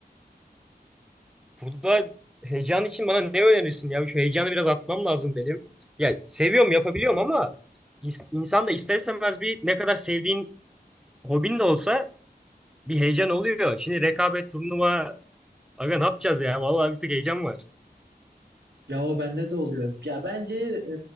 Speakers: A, in the centre; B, on the right.
A: Burada heyecan için bana ne önerirsin ya? Şu heyecanı biraz atmam lazım benim. Ya seviyorum yapabiliyorum ama is- insan da ister istemez bir ne kadar sevdiğin hobin de olsa bir heyecan oluyor. Şimdi rekabet turnuva aga ne yapacağız ya? Vallahi bir tık heyecan var.
B: Ya o bende de oluyor. Ya bence e,